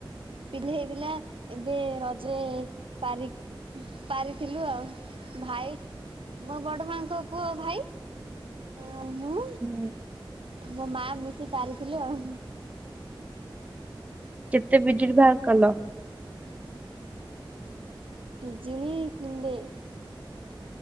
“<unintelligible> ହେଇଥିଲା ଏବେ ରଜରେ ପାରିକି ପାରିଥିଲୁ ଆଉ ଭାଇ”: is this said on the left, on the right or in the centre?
Right